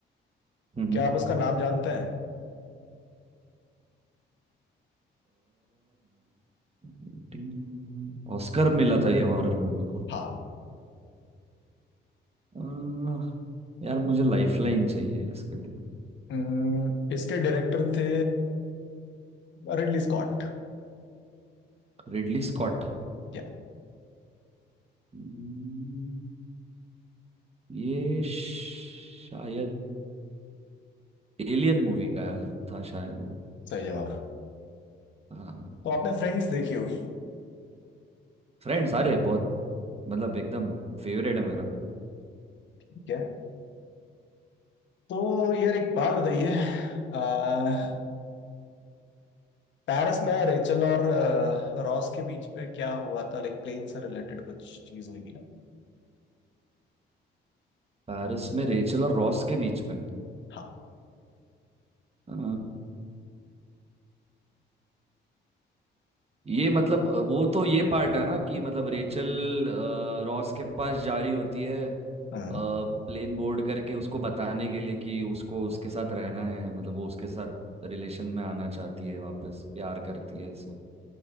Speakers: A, on the right; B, on the left.
A: हम्म
B: क्या आप उसका नाम जानते हैं
A: नाइनटीन ऑस्कर मिला था ये हॉरर मूवी को
B: हाँ
A: अ, यार मुझे लाइफलाइन चाहिए इसके लिए
B: अम्म, इसके डायरेक्टर थे रिडली स्कॉट
A: Ridley Scott
B: या
A: हम्म, ये शायद एलियन मूवी का था शायद वो
B: सही जवाब
A: हाँ
B: तो आपने फ्रेंड्स देखी होगी
A: फ्रेंड्स अरे बहुत मतलब एकदम फेवरेट है मेरा
B: ठीक है तो यार एक बात बताइए अह, पेरिस में रेचल और अह, रॉस के बीच पे क्या हुआ था लाइक प्लेन से रिलेटेड कुछ चीज हुई थी ना
A: पेरिस में रेचल और रॉस के बीच में
B: हाँ
A: अ, ये मतलब अ, वो तो ये पार्ट है ना कि मतलब रेचल अ, रॉस के पास जा रही होती है
B: हम्म।
A: प्लेन बोर्ड करके उसको बताने के लिए कि उसको उसके साथ रहना है मतलब वो उसके साथ रिलेशन में आना चाहती है वापस प्यार करती है सो